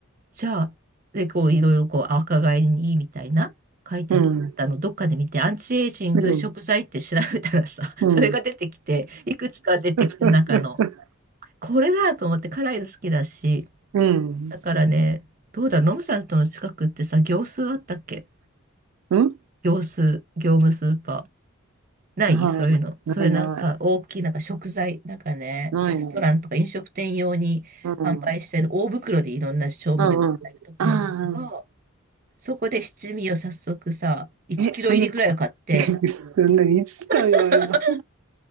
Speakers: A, on the right; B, on the right.
A: じゃあ、で、こう、いろいろこう、若返りにいいみたいな、書いてあったの、
B: うん。
A: どっかで見て、アンチエイジング食材って調べたらさ、
B: うん、
A: <laughs>
B: うん。
A: それが出てきて、いくつか出てきて、
B: <laughs>
A: 中の、これだと思って、辛いの好きだし、
B: うん。
A: だからね、どうだ、ノムさんとの近くってさ、業数あったっけ
B: うん？
A: 業数業務スーパー。ないそういうの。
B: ない。
A: そういうなんか大きいなんか食材、
B: ないない。
A: なんかね、
B: ないね。
A: レストランとか飲食店用に販売してる大袋でいろんな調味料買えるとこなんだけど、
B: うん。うんうん。ああ、うんうん
A: そこで七味を早速さ、
B: ないないないないねうんうんうんああえ、
A: 1キロ入りぐらいを買って、
B: そんな <laughs> そんなにいつ使うよ、
A: <laughs>
B: あれは。